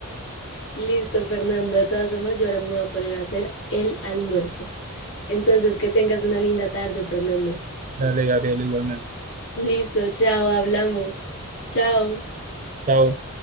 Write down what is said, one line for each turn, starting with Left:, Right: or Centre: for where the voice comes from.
Left: Listo, Fernando. De todas formas, yo ahora me voy a poner a hacer el almuerzo. Entonces, que tengas una linda tarde, Fernando.
Right: Dale, Gabriela, igualmente.
Left: <laughs> Listo, chao, hablamos. Chao.
Right: Chao.